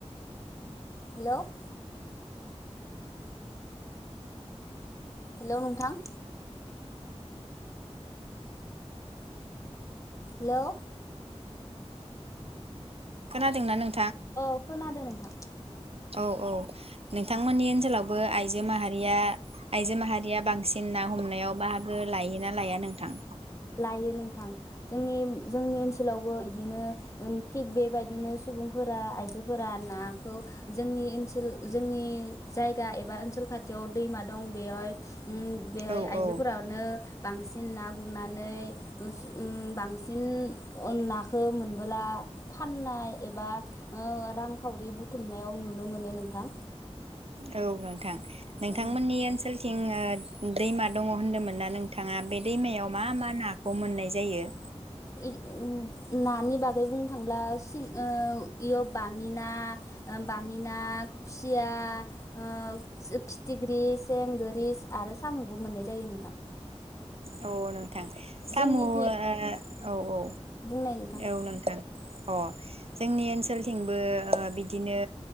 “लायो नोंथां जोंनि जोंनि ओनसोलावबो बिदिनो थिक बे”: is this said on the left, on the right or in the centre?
Left